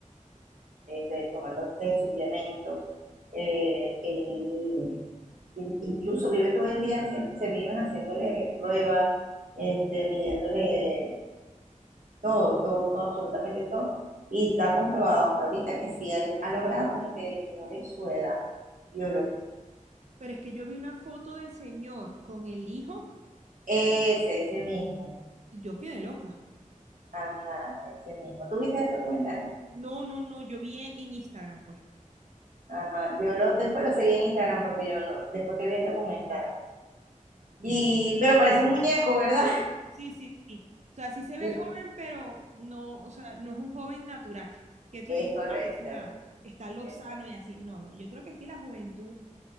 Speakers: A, on the right; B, on the right.
A: este, tomando suplementos, eh, él, incluso vive todo el día, se, se viven haciéndole pruebas, este, midiéndole todo, todo, todo, absolutamente todo. Y está comprobado hasta ahorita que sí él ha logrado como que disminuir su edad biológica.
B: Pero es que yo vi una foto del señor con el hijo
A: Ese, ese mismo.
B: y yo quedé loca.
A: Ajá, ese mismo. ¿Tú viste el documental?
B: No, no, no, yo vi en en Instagram, pues.
A: Ajá. Yo lo, después lo seguí en Instagram porque yo no, después que vi el documental.
B: No.
A: Y, pero parece un muñeco, ¿verdad?
B: Sí, sí, sí. O sea, sí se ve
A: <laughs>
B: joven, pero no, o sea, no es un joven natural. Que tú
A: Es
B: digas,
A: correcto.
B: ah, o sea, está lozano
A: exacto,
B: y así. No, no, yo creo que es que la juventud